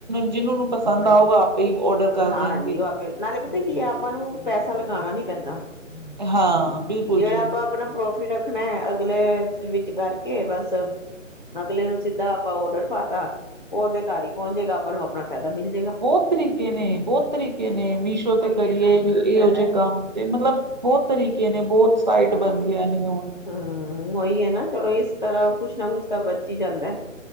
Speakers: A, on the right; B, on the left.
A: ਜਿਹਨੂੰ ਨੂੰ ਪਸੰਦ
B: ਹਾਂਜੀ,
A: ਆਊਗਾ ਆਪੇ ਹੀ ਔਡਰ ਕਰ
B: ਹਾਂਜੀ
A: ਦੇਣਗੇ
B: ਉਹ ਆਪੇ ਨਾਲੇ ਪਤਾ ਕੀ ਹੈ, ਆਪਾਂ ਨੂੰ ਪੈਸਾ ਲਗਾਉਣਾ ਨੀ ਪੈਂਦਾ। <unintelligible> ਹੈਨਾ
A: ਹਾਂ ਬਿਲਕੁਲ
B: ਜਿਹੜਾ
A: ਜੀ
B: ਆਪਾਂ ਆਪਣਾ ਪ੍ਰੋਫਿਟ ਰੱਖਣਾ ਹੈ ਅਗਲੇ ਵਿੱਚ ਕਰਕੇ ਬਸ ਅਗਲੇ ਨੂੰ ਸਿੱਧਾ ਆਪਾਂ ਔਡਰ ਪਾ ਤਾ ਉਹਦੇ ਘਰ ਹੀ ਪਹੁੰਚੇਗਾ। ਉਹਨਾਂ ਨੂੰ ਆਪਣਾ ਫਾਇਦਾ ਮਿਲ ਜਾਏਗਾ
A: ਬਹੁਤ ਤਰੀਕੇ ਨੇ, ਬਹੁਤ ਤਰੀਕੇ ਨੇ, ਮੀਸ਼ੋ
B: ਉਹੀ
A: ਤੇ ਕਰੀਏ,
B: ਹੈ
A: ਇਹੋ
B: ਨਾ ਫਾਇਦਾ
A: ਜਿਹੇ ਕੰਮ ਤੇ ਮਤਲਬ ਬਹੁਤ ਤਰੀਕੇ ਨੇ ਬਹੁਤ ਸਾਈਟ
B: ਹਾਂ,
A: ਬਣ ਗਈਆਂ ਨੇ ਹੁਣ
B: ਹੂੰ, ਉਹੀ ਹੈ ਨਾ ਚਲੋ ਇਸ ਤਰ੍ਹਾਂ ਕੁਛ ਨਾ ਕੁਛ ਤਾਂ ਬਚ ਹੀ ਜਾਂਦਾ।